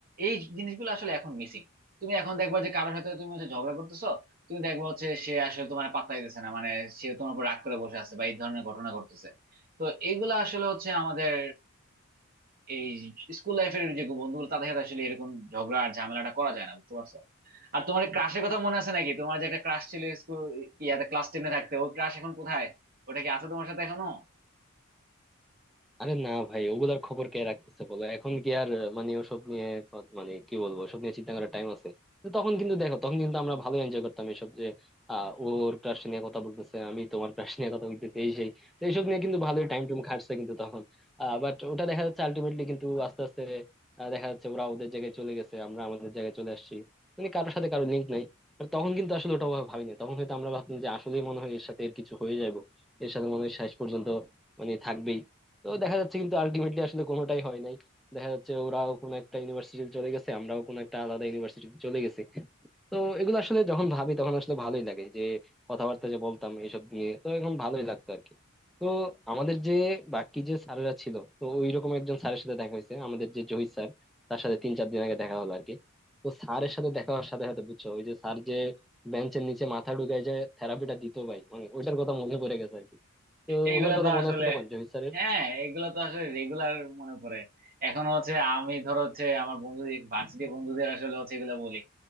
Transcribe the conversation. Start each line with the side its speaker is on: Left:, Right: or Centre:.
Right: এই জিনিসগুলো আসলে এখন মিসিং তুমি এখন দেখবা যে কারোর সাথে তুমি হচ্ছে ঝগড়া করতেছো তুমি দেখবা হচ্ছে সে আসলে তোমার পাত্তাই দিতেছে না মানে সে তোমার উপর রাগ করে বসে আছে বা এই ধরনের ঘটনা ঘটতেছে তো এগুলা আসলে হচ্ছে আমাদের এই স্কুল লাইফের যে বন্ধুগুলো তাদের সাথে আসলে এরকম ঝগড়া আর ঝামেলাটা করা যায় না বুঝতে পারছো আর তোমার ক্রাশের কথা মনে আছে নাকি তোমার যে একটা ক্রাশ ছিল স্কুল ইয়াতে ক্লাস টেনে থাকতে ওই ক্রাশ এখন কোথায় ওটা কি আছে তোমার সাথে এখনো <laughs>
Centre: আরে না ভাই ওগুলার খবর কে রাখতেছে বলো এখন কি আর মানে ওসব নিয়ে ক- মানে কি বলবো ওসব নিয়ে চিন্তা করার টাইম আছে কিন্তু তখন কিন্তু দেখো তখন কিন্তু আমরা ভালো এনজয় করতাম এসব যে আহ ওর ক্রাশ নিয়ে কথা বলতেছে আমি তোমার ক্রাশ নিয়ে কথা বলতেছি এই সেই তো এইসব নিয়ে কিন্তু ভালোই টাইম টুম কাটছে কিন্তু তখন আহ বাট ওটা দেখা যাচ্ছে আলটিমেটলি কিন্তু আস্তে আস্তে আহ, দেখা যাচ্ছে ওরা ওদের জায়গায় চলে গেছে আমরা আমাদের জায়গায় চলে আসছি মানে কারোর সাথে কারোর লিঙ্ক নাই আর তখন কিন্তু আসলে ওটা ওভাবে ভাবিনি তখন হয়তো আমরা ভাবতাম যে আসলেই মনে হয় এর সাথে এর কিছু হয়ে যাবো এর সাথে মনে হয় শেষ পর্যন্ত মানে থাকবেই তো দেখা যাচ্ছে কিন্তু আলটিমেটলি আসলে কোনোটাই হয় নাই দেখা যাচ্ছে ওরাও কোনো একটা ইউনিভার্সিটিতে চলে গেছে আমরাও কোনো একটা আলাদা ইউনিভার্সিটিতে চলে গেছি তো এগুলো আসলে যখন ভাবি তখন আসলে ভালোই লাগে যে কথাবার্তা যে বলতাম এইসব নিয়ে তো এখন ভালোই লাগতো আর কি তো আমাদের যে বাকি যে স্যারেরা ছিল তো ওইরকম একজন স্যারের সাথে দেখা হয়েছে আমাদের যে জহির স্যার তার সাথে তিন চার দিন আগে দেখা হলো আর কি তো স্যারের সাথে দেখা হওয়ার সাথে সাথে বুঝছো ওই যে স্যার যে বেঞ্চের নিচে মাথা ঢুকায় যে থেরাপিটা দিত ভাই মানে ওইটার কথা মনে পড়ে গেছে আর কি তো
Right: এইগুলা
Centre: ওনার কথা
Right: তো
Centre: মনে
Right: আসলে
Centre: আছে তোমার জহির স্যারের
Right: হ্যাঁ এগুলা তো আসলে রেগুলার মনে পড়ে এখন হচ্ছে আমি ধর হচ্ছে আমার বন্ধুদের ভার্সিটি বন্ধুদের আসলে হচ্ছে এগুলা বলি